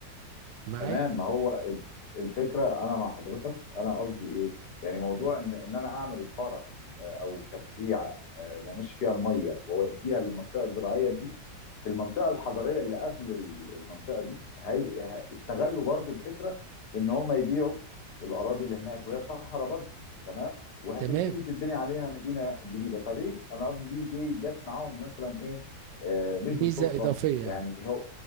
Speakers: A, on the right; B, on the left.
A: معايا
B: تمام ما هو الف- الفكره انا مع حضرتك انا قصدي ايه يعني موضوع ان ان انا اعمل فرع آه، او تفريعه آه، وامشي فيها الميه واوديها للمنطقه الزراعيه دي في المنطقه الحضريه اللي قبل ال- المنطقه دي هي ه- استغلوا برضو الفكره في ان هم يبيعوا الاراضي اللي هناك وهي صحراء برضو تمام وهتبتدي
A: تمام
B: تتبني عليها مدينه جديده فدي انا قصدي دي دي جت معاهم مثلا ايه آه، مش
A: ميزة
B: بالصدفه
A: إضافية
B: يعني
A: يعني
B: هو